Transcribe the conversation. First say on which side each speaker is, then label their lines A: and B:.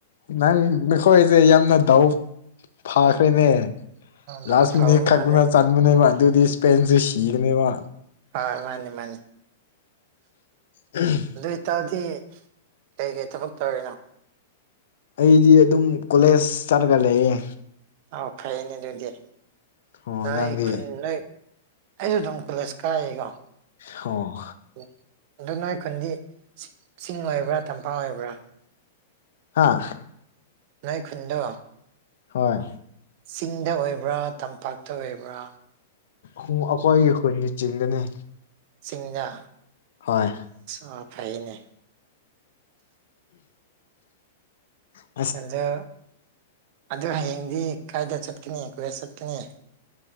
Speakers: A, on the left (about 75°); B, on the right (about 45°).
A: ꯅꯪ ꯃꯈꯣꯏꯁꯦ ꯌꯥꯝꯅ ꯗꯥꯎ ꯐꯈ꯭ꯔꯦꯅꯦ
B: ꯗꯥꯎ
A: ꯂꯥꯁ
B: ꯐꯕ
A: ꯃꯤꯅꯤꯠ ꯈꯛꯅ
B: ꯃꯥꯜꯂꯦ
A: ꯆꯟꯕꯅꯦꯕ ꯑꯗꯨꯗꯤ ꯏꯁꯄꯦꯟꯁ‌ꯦ ꯁꯤꯔꯅꯦꯕ
B: ꯍ ꯃꯥꯅꯤ ꯃꯥꯅꯤ
A: ꯎꯝ
B: ꯑꯗꯨ ꯑꯣꯏꯇꯥꯔꯗꯤ ꯀꯩꯀꯩ ꯊꯕꯛ ꯇꯧꯔꯤꯅꯣ
A: ꯑꯩꯗꯤ ꯑꯗꯨꯝ ꯀꯣꯂꯦꯖ ꯆꯠꯔꯒ ꯂꯩꯌꯦ
B: ꯑꯥꯎ ꯐꯥꯏꯅꯦ ꯑꯗꯨꯗꯤ
A: ꯑꯣ
B: ꯑꯩꯥꯏ
A: ꯅꯪꯗꯤ
B: ꯈꯨꯟꯅꯩ ꯑꯩꯁꯨ ꯑꯗꯨꯝ ꯀꯣꯂꯦꯖ ꯀꯥꯏꯌꯦꯀꯣ
A: ꯑꯣ
B: ꯑꯣ ꯑꯗꯣ ꯅꯣꯏ ꯈꯨꯟꯗꯤ ꯆꯤꯡ ꯑꯣꯏꯕ꯭ꯔꯥ ꯇꯝꯄꯥꯛ ꯑꯣꯏꯕ꯭ꯔꯥ
A: ꯍꯥꯥ
B: ꯅꯣꯏꯈꯨꯟꯗꯣ
A: ꯍꯣꯏ
B: ꯆꯤꯡꯗ ꯑꯣꯏꯕ꯭ꯔꯥ ꯇꯝꯄꯥꯛꯇ ꯑꯣꯏꯕ꯭ꯔꯥ
A: ꯑꯩꯈꯣꯏꯒꯤ ꯈꯨꯟꯅꯆꯤꯡꯗꯅꯦ
B: ꯁꯤꯡꯌꯥ
A: ꯍꯣꯏ
B: ꯑꯣ ꯐꯩꯅꯦ
A: ꯎ
B: ꯑꯗꯣ ꯑꯗ‌ꯣ ꯍꯌꯦꯡꯗꯤ ꯀꯥꯏꯗ ꯆꯠꯀꯅꯤ ꯀꯦꯁ ꯆꯠꯀꯅꯤ